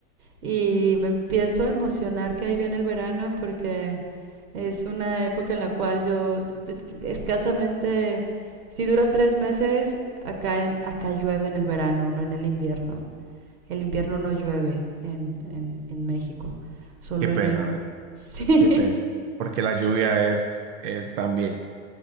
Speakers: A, on the right; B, on the right.
A: y me empiezo a emocionar que ahí viene el verano porque es una época en la cual yo pues, escasamente, si dura tres meses, acá, en- acá llueve en el verano, no en el invierno. El invierno no llueve en, en, en México, solo
B: Qué pena,
A: en el... <laughs> Sí,
B: qué pena. Porque la lluvia es, es también